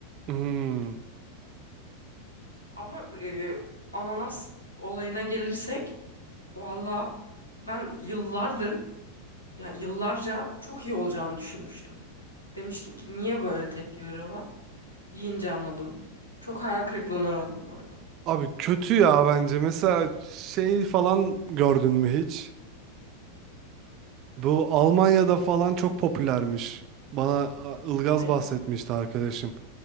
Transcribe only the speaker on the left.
Ama e, ananas olayına gelirsek valla ben yıllardır yani yıllarca çok iyi olacağını düşünmüştüm. Demiştim ki niye böyle tepki veriyorlar? Yiyince anladım. Çok hayal kırıklığına uğradım bu arada.
Ne?